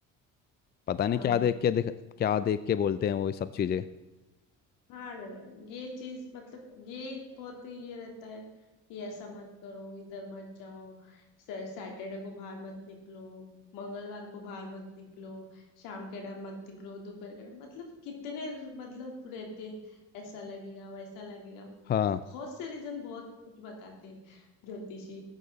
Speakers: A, on the left (about 30°); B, on the left (about 75°).
A: पता नहीं
B: हाँ
A: क्या देख के देख क्या देख के बोलते हैं वो ये सब चीजें
B: हाँ ना ये चीज मतलब ये बहुत ही ये रहता है कि ऐसा मत करो इधर मत जाओ सैटरडे को बाहर मत निकलो मंगलवार को बाहर मत निकलो शाम के टाइम मत निकलो दोपहर के टाइम मतलब कितने मतलब रहते ऐसा लगेगा वैसा लगेगा
A: हाँ
B: बहुत से रीजन बहुत कुछ बताते हैं ज्योतिषी